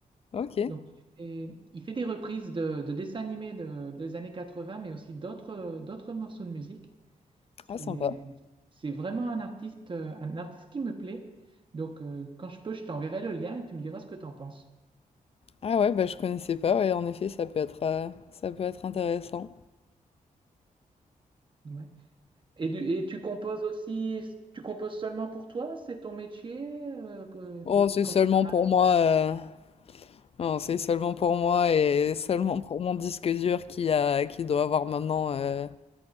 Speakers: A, on the left (about 45°); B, on the right (about 35°).
A: Ok,
B: Donc, il fait, il fait des reprises de, de dessins animés de- des années 80, mais aussi d'autres, d'autres morceaux de musique. C'est,
A: ah, sympa.
B: c'est vraiment un artiste, euh, un artiste qui me plaît. Donc, euh, quand je peux, je t'enverrai le lien et tu me diras ce que tu en penses.
A: Ah ouais, bah, je connaissais pas. Ouais, en effet, ça peut être, euh, ça peut être intéressant.
B: Ouais. Et, du- et tu composes aussi, tu composes seulement pour toi? C'est ton métier? euh, que-
A: Oh,
B: que-
A: c'est
B: comment
A: seulement
B: ça marche?
A: pour moi. euh, Non, c'est seulement pour moi et seulement pour mon disque dur qui a, qui doit avoir maintenant euh,